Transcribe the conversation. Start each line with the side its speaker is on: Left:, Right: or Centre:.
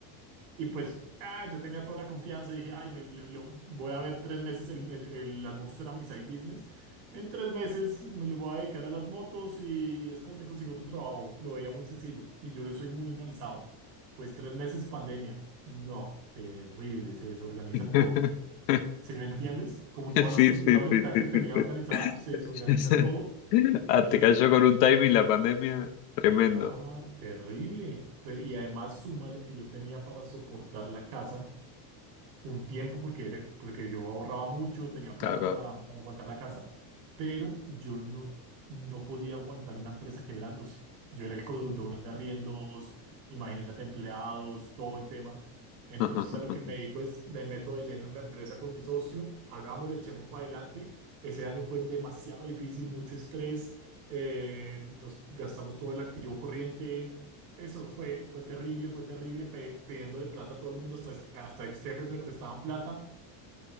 Right: Y pues, ah, yo tenía toda la confianza y dije, ay, me, lo- lo- voy a ver tres meses, el- el- el- las motos eran mi side business. En tres meses me le voy a dedicar a las motos y, y después me consigo otro trabajo. Lo veía muy sencillo y yo soy muy organizado. Pues tres meses pandemia. No, terrible, se desorganiza
Left: <laughs>
Right: todo. ¿Sí me entiendes? Como toda
Left: Sí,
Right: la estructura
Left: sí, sí,
Right: mental
Left: sí,
Right: que tenía
Left: sí,
Right: organizada,
Left: sí. <laughs>
Right: se desorganiza todo.
Left: Ah,
Right: Y yo,
Left: te cayó con un timing la pandemia tremendo.
Right: claro, terrible. Pe- Y además súmale que yo tenía para soportar la casa. un tiempo porque, era- porque yo ahorraba mucho, tenía plata
Left: Claro.
Right: para, para aguantar la casa, pero yo no, no podía aguantar una empresa quebrándose. Yo era el codeudor de arriendos, imagínate empleados, todo el tema. Entonces
Left: claro. <laughs>
Right: a lo que me dedico es, me meto de lleno en la empresa con mi socio, hagámoslo, echemos para adelante. Ese año fue demasiado difícil, mucho estrés, eh, nos gastamos todo el activo corriente, eso fue, fue terrible, fue terrible, pe- pidiéndole plata a todo el mundo, hasta ex, hasta ex jefes me prestaban plata